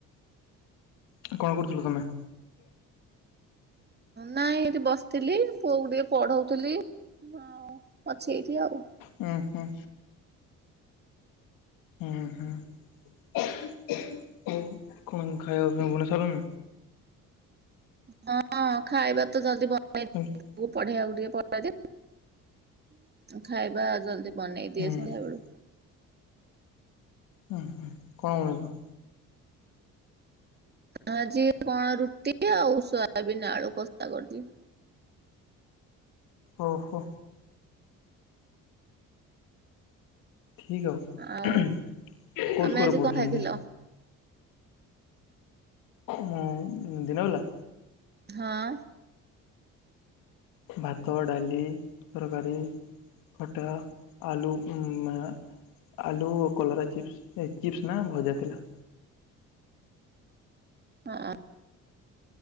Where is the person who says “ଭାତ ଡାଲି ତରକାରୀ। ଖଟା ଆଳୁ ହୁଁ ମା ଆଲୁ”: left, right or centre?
Left